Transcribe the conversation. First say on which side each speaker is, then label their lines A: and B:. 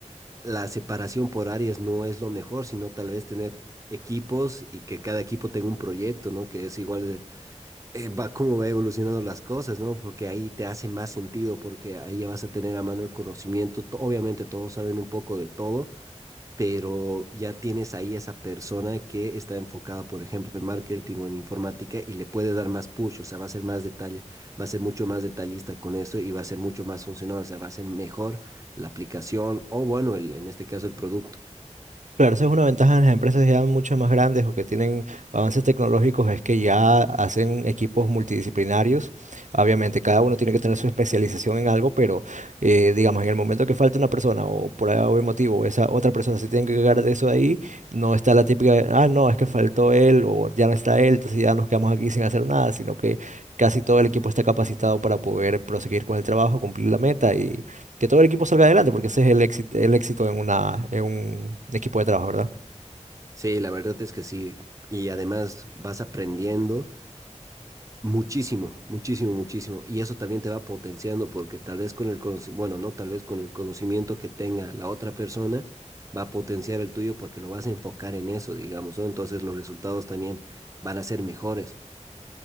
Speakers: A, on the right; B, on the right.
A: la separación por áreas no es lo mejor, sino tal vez tener equipos y que cada equipo tenga un proyecto, ¿no? Que es igual eh, va cómo va evolucionando las cosas, ¿no? Porque ahí te hace más sentido, porque ahí ya vas a tener a mano el conocimiento. To- Obviamente todos saben un poco de todo, pero ya tienes ahí esa persona que está enfocada, por ejemplo, en marketing o en informática y le puede dar más push, o sea, va a ser más detalle, va a ser mucho más detallista con eso y va a ser mucho más funcional, o sea, va a ser mejor la aplicación o, bueno, el- en este caso, el producto.
B: Claro, esa es una ventaja en las empresas ya mucho más grandes o que tienen avances tecnológicos, es que ya hacen equipos multidisciplinarios. Obviamente, cada uno tiene que tener su especialización en algo, pero eh, digamos, en el momento que falta una persona o por algún motivo, esa otra persona se tiene que cargar de eso de ahí, no está la típica, de, ah, no, es que faltó él o ya no está él, entonces ya nos quedamos aquí sin hacer nada, sino que casi todo el equipo está capacitado para poder proseguir con el trabajo, cumplir la meta y que todo el equipo salga adelante, porque ese es el éxito, el éxito en una, en un equipo de trabajo, ¿verdad?
A: Sí, la verdad es que sí. Y además vas aprendiendo. Muchísimo, muchísimo, muchísimo. Y eso también te va potenciando porque tal vez con el conoci- bueno, no, tal vez con el conocimiento que tenga la otra persona va a potenciar el tuyo porque lo vas a enfocar en eso, digamos, ¿no? Entonces los resultados también van a ser mejores.